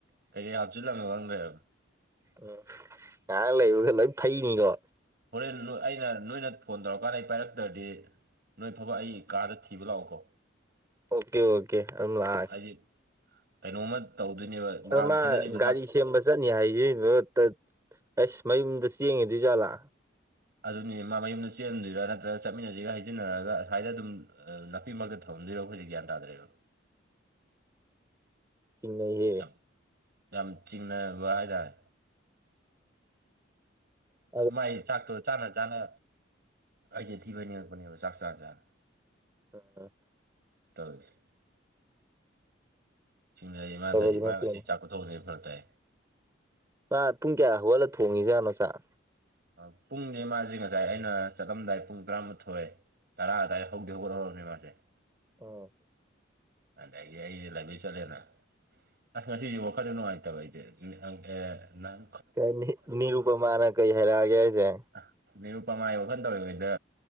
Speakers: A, on the right; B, on the right.
A: ꯀꯩꯀꯩ ꯍꯥꯆꯤꯜꯂꯅꯣ ꯈꯪꯗ꯭ꯔꯦꯕ
B: ꯎꯝ ꯉꯥꯏꯍꯛ ꯂꯩꯕꯒ ꯂꯣꯏ ꯐꯩꯅꯤꯀꯣ
A: ꯍꯣꯔꯦꯜ ꯑꯩꯅ ꯅꯣꯏꯅ ꯐꯣꯟ ꯇꯧꯔꯀꯥꯟꯗ ꯑꯩ ꯄꯥꯏꯔꯛꯇ꯭ꯔꯥꯗꯤ ꯅꯣꯏ ꯐꯕ ꯑꯩ ꯀꯥꯗ ꯊꯤꯕ ꯂꯥꯛꯎꯀꯣ
B: ꯑꯣꯀꯦ ꯑꯣꯀꯦ ꯑꯗꯨꯝ ꯂꯥꯛꯑꯥ
A: ꯑꯩ ꯀꯩꯅꯣꯝꯃ ꯇꯧꯗꯣꯏꯅꯦꯕ ꯃꯉꯥꯜ
B: ꯑꯃ
A: ꯃꯊꯟꯗꯅꯦꯕ
B: ꯒꯥꯔꯤꯁꯤꯕ
A: ꯆꯥꯛ
B: ꯆꯠꯅꯤ ꯍꯥꯏꯖꯤ ꯗꯠ ꯇꯠ ꯑꯁ ꯃꯌꯨꯝꯗ ꯆꯦꯡꯉꯤꯗꯣꯏ ꯖꯥꯥꯠꯂꯥ
A: ꯑꯗꯨꯅꯤ ꯃꯥ ꯃꯌꯨꯝꯗ ꯆꯦꯟꯗꯣꯏꯔꯥ ꯅꯠꯇ꯭ꯔꯒ ꯆꯠꯃꯤꯟꯅꯁꯤꯒ ꯍꯩꯖꯤꯟꯅꯔꯒ ꯑꯁꯥꯏꯗ ꯑꯗꯨꯝ ꯅꯥꯞꯄꯤꯃꯔꯛꯇ ꯊꯝꯗꯣꯏꯔꯣ ꯑꯈꯣꯏꯖꯦ ꯒ꯭ꯌꯥꯟ ꯇꯥꯗꯔ꯭ꯦꯕ
B: ꯆꯤꯡꯅꯩ ꯍꯦ
A: ꯌꯥꯝ ꯌꯥꯝ ꯆꯤꯡꯅꯕ ꯍꯥꯏꯇꯥꯔꯦ
B: ꯑꯣ
A: ꯃꯥꯏ ꯆꯥꯛꯇꯣ ꯆꯥꯅ ꯆꯥꯅ ꯑꯩꯖꯦ ꯊꯤ ꯐꯥꯏꯅꯤꯡꯉꯛꯄꯅꯦꯕ ꯆꯥꯛ ꯆꯥ ꯆꯥꯅ
B: ꯑ
A: ꯇꯧꯔꯤꯁꯦ ꯁꯤꯡꯅꯔꯤ
B: ꯑꯐꯕꯗꯤ
A: ꯏꯃꯥꯅ ꯇꯧꯏꯁꯦ
B: ꯅꯠꯇꯦꯅꯦ
A: ꯃꯥ ꯉꯁꯤ ꯆꯥꯎꯈꯠ ꯗꯧ ꯂꯩꯔ ꯐꯔꯛꯇꯥꯏ
B: ꯃꯥ ꯄꯨꯡ ꯀꯌꯥ ꯍꯧꯒꯠꯂ ꯊꯣꯡꯉꯤꯖꯥꯠꯅꯣ ꯆꯥꯛ
A: ꯑꯥ ꯄꯨꯡꯅꯦ ꯃꯖꯦ ꯉꯁꯥꯏ ꯑꯩꯅ ꯆꯠꯂꯝꯗꯥꯏ ꯄꯨꯡ ꯇꯔꯥꯃꯊꯣꯏ ꯇꯔꯥ ꯑꯗꯥꯏꯗ ꯍꯧꯗꯤ ꯍꯧꯒꯠ ꯍꯧꯔꯕꯅꯤ ꯃꯥꯁꯦ
B: ꯎꯝ
A: ꯑꯗꯒꯤ ꯑꯩꯗꯤ ꯂꯥꯢꯕ꯭ꯔꯤ ꯆꯠꯂꯦꯅ ꯑꯁ ꯉꯁꯤꯁꯤ ꯋꯥꯈꯜꯖꯨ ꯅꯨꯡꯉꯥꯏꯇꯕ ꯑꯩꯖꯦ ꯌꯨꯁꯥꯡ ꯊꯛꯑꯦ ꯅꯪ
B: ꯀꯩ ꯅꯤꯍꯤꯠ ꯅꯤꯔꯨꯄꯃꯥꯥꯅ ꯀꯩ ꯍꯥꯔꯛꯑꯒꯦ ꯍꯥꯏꯒꯦ
A: ꯑꯥ ꯅꯤꯔꯨꯄꯃꯥꯏ ꯋꯥꯈꯜ ꯇꯧꯔꯤꯉꯩꯗ